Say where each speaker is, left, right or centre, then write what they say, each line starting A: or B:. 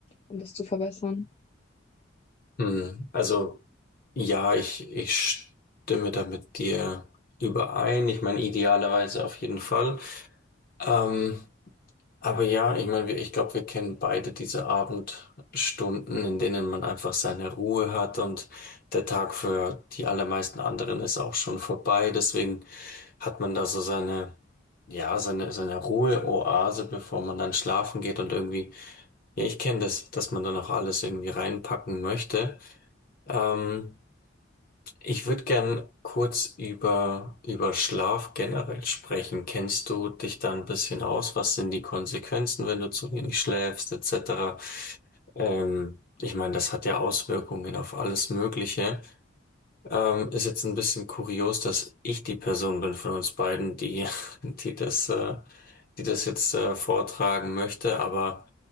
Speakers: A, on the left; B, on the left.
A: um das zu verbessern.
B: Hm, also ja, ich, ich stimme da mit dir überein. Ich meine, idealerweise auf jeden Fall. Ähm, Aber ja, ich meine, wir- ich glaube, wir kennen beide diese Abendstunden, in denen man einfach seine Ruhe hat und der Tag für die allermeisten anderen ist auch schon vorbei. Deswegen hat man da so seine, ja, seine, seine Ruheoase, bevor man dann schlafen geht und irgendwie, ja, ich kenne das, dass man dann auch alles irgendwie reinpacken möchte. Ähm, ich würde gern kurz über, über Schlaf generell sprechen. Kennst du dich da ein bisschen aus? Was sind die Konsequenzen, wenn du zu wenig schläfst, etc.? Ähm, ich meine, das hat ja Auswirkungen auf alles Mögliche. Ähm, ist jetzt ein bisschen kurios, dass ich die Person bin von uns beiden, die, <laughs> die das, äh, die das jetzt äh, vortragen möchte, aber